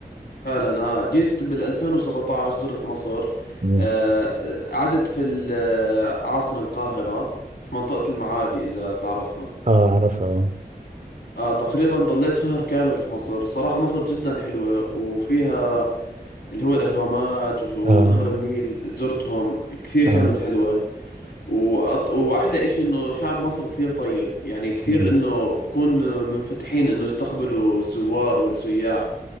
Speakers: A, on the left; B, on the right.
A: فعلا اه جيت بال 2017 زرت مصر
B: مم.
A: آه، آه، قعدت في العاصمة القاهرة في منطقة المعادي إذا بتعرفها
B: اه اعرفها اه
A: آه تقريبا ضليت شهر كامل في مصر صراحة مصر جدا حلوة وفيها اللي هو الأهرامات وش- ونهر
B: اه
A: النيل زرتهم كثير
B: اه
A: كانت حلوة وأط... وأحلى إشي إنه شعب مصر كثير طيب يعني كثير
B: مم.
A: إنه بكون منفتحين إنه يستقبلوا الزوار والسياح